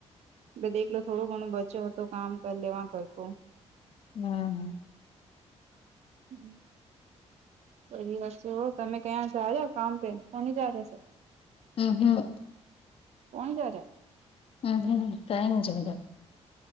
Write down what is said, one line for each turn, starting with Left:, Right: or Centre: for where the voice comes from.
Right: દેખલો થોડો ઘણો બચ્યો હતો કામ કરી લેવા ઘરકો.
Left: હમ્મ હ.
Right: હમ્મ. બ વાત હો તમે ક્યાયા જા રહ્યા કામ પે કની જાર છે.
Left: <unintelligible>
Right: કોણી જા રહ.
Left: <unintelligible>